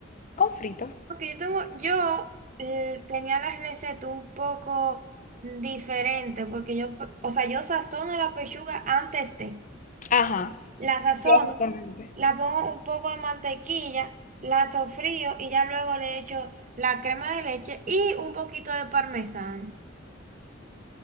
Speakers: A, on the left (about 40°); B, on the right (about 40°).
A: con fritos.
B: Porque yo tengo, yo eh, tenía las recetas un poco diferentes, porque yo, o sea, yo sazono la pechuga antes de,
A: Ajá,
B: la sazono,
A: yo justamente.
B: la pongo un poco de mantequilla, la sofrío y ya luego le echo la crema de leche y un poquito de parmesano.